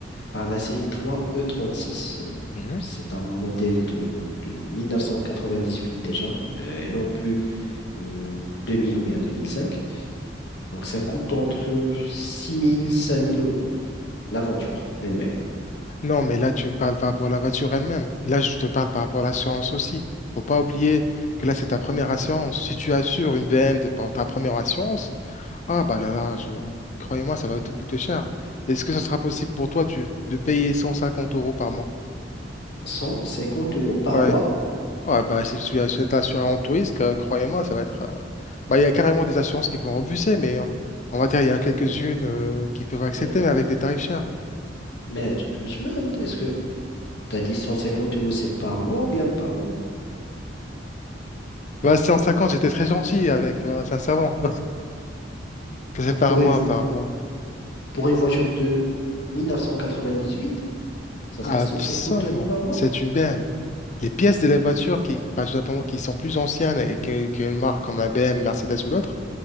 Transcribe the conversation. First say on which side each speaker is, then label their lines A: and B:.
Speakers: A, on the left; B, on the left.
A: par la série 3 E36. Euh,
B: mhm.
A: C'est un modèle de, de 1998 déjà, euh, et non plus euh, 2000 ou bien deux mille cinq Donc ça coûte entre six mille cinq mille euros, la voiture elle-même.
B: Non, mais là, tu me parles par rapport à la voiture elle-même. Là, je te parle par rapport à l'assurance aussi. Faut pas oublier que là, c'est ta première assurance. Si tu assures une BM de pour ta première assurance, ah bah là là, je... croyez-moi, ça va te coûter cher. Est-ce que ça sera possible pour toi tu... de payer 150 euros par mois?
A: 150 euros par
B: Ouais.
A: mois?
B: Ouais, bah si tu as- si t'es assuré en tout risque, euh, croyez-moi, ça va être. euh, Bah, il y a carrément des assurances qui vont refuser, mais on, on va dire il y a quelques-unes
A: Mais,
B: euh, qui peuvent accepter,
A: mais,
B: mais avec des tarifs chers.
A: mais tu- euh, tu m'as- est-ce que tu as dit 150 euros, c'est par mois ou bien par an?
B: Bah, 150, j'étais très gentil avec, tu vois, sincèrement. C'est par
A: Pour
B: moi,
A: une, vo-
B: par moi.
A: pour une voiture de 1998, ça
B: Absolument.
A: sera 150 euros par mois?
B: C'est une BM. Les pièces de la voiture qui, bah, tout simplement, qui sont plus anciennes et que- une marque comme la BM, Mercedes ou d'autres,